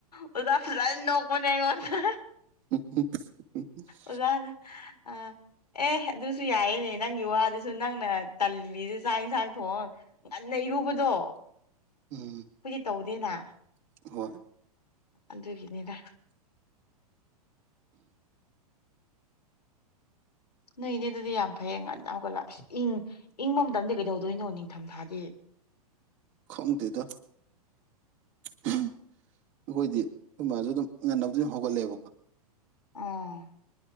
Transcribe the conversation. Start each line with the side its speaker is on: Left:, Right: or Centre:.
Left: ꯑꯣꯖꯥ ꯐꯖꯅ ꯅꯣꯛꯄꯅꯦ ꯑꯩꯉꯣꯟꯗ
Right: <unintelligible> <inaudible>
Left: ꯑꯣꯖꯥꯅ ꯑ ꯑꯦ ꯑꯗꯨꯁꯨ ꯌꯥꯏꯌꯦꯅꯦ ꯅꯪꯒꯤ ꯋꯥꯗꯨꯁꯨ ꯁ ꯅꯪꯅ ꯇꯜꯂꯤꯁꯦ ꯆꯥꯛ ꯌꯦꯟꯁꯥꯡ ꯊꯣꯡ ꯉꯟꯅ ꯏꯔꯨꯕꯗꯣ
Right: ꯎꯝ
Left: ꯑꯩꯈꯣꯏꯁ ꯇꯧꯗꯦꯅ
Right: ꯍꯣꯏ
Left: ꯑꯗꯨꯒꯤꯅꯤꯗ ꯅꯣꯏꯗꯤ ꯑꯗꯨꯗꯤ ꯌꯥꯝ ꯐꯩ ꯉ ꯅꯅꯥꯎꯒꯠꯂ ꯑꯁ ꯏꯪ ꯏꯪꯕ ꯃꯇꯝꯗꯤ ꯀꯩꯗꯧꯗꯣꯏꯅꯣ ꯅꯤꯡꯊꯝꯊꯥꯗꯤ
Right: ꯈꯪꯗꯦꯗ ꯑꯩꯈꯣꯏꯗꯤ ꯑꯩꯈꯣꯏ ꯃꯥꯃꯥꯁꯨ ꯑꯗꯨꯝ ꯉꯟꯅꯕ ꯑꯗꯨꯝ ꯍꯧꯒꯠꯂꯛꯂꯦꯕꯀꯣ
Left: ꯑꯣ